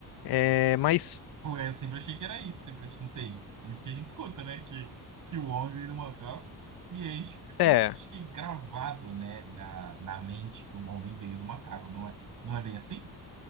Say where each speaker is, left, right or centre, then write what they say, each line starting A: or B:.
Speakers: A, on the left; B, on the right.
A: é, mas.
B: Ou é, eu sempre achei que era isso, sempre, não sei, isso que a gente escuta, né? Que, que o homem veio do macaco, e aí a gente fica com
A: é,
B: isso acho que, gravado, né, na, na mente que o homem veio do macaco, não é, não é bem assim?